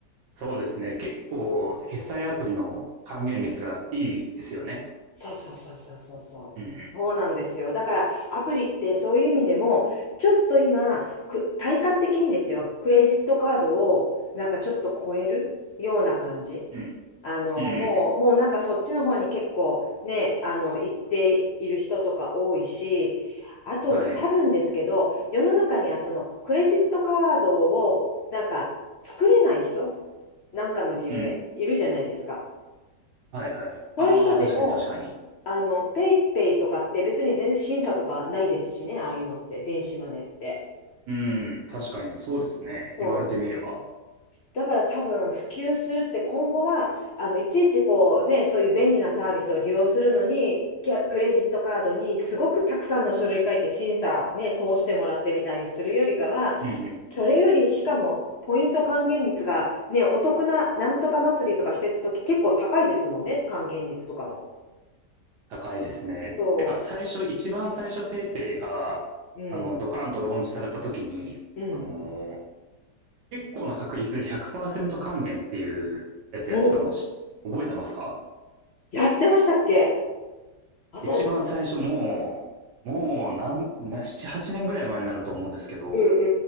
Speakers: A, on the right; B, on the left.
A: そうですね。結構、決済アプリの還元率がいいですよね。
B: そうそうそうそうそうそう。
A: うんう
B: そうなんですよ。だからアプリってそういう意味でも、ちょっと今、く体感的にですよ、クレジットカードをなんかちょっと超えるような感じ。
A: ん。うん。
B: あの、
A: うんうんう
B: もう、もうなんかそっちの方に結構ね、あの、行っている人とか多いし、あと多分ですけど、
A: ん。はい。
B: 世の中にはそのクレジットカードをなんか作れない人なんかの理由でいるじゃないですか。
A: うん。はいはい。
B: そういう人でも、
A: ああ、確かに確かに。
B: あの、ペイペイとかって別に全然審査とかないですしね、ああいうのって、電子マネーって。
A: うん。確かに、そうですね。
B: そう。
A: 言われてみれば。
B: だから多分普及するって今後は、あの、いちいちこうね、そういう便利なサービスを利用するのに、キャクレジットカードにすごくたくさんの書類書いて審査ね、通してもらってみたいにするよりかは、
A: うんうん。
B: それよりしかも、ポイント還元率がね、お得ななんとか祭りとかしてた時結構高いですもんね、還元率とかも。
A: 高いですね。
B: そ
A: てか、最初、一番最初、ペイペイが、
B: う。うん。
A: あの、ドカンとローンチされた時に、
B: うん。
A: あのー結構な確率で100%還元っていうやつやってたのし覚えてますか
B: お、やってましたっけあた、
A: 一番最初、
B: うん
A: もう、もう、なんな、7、8年ぐらい前になると思うんですけど、
B: うんう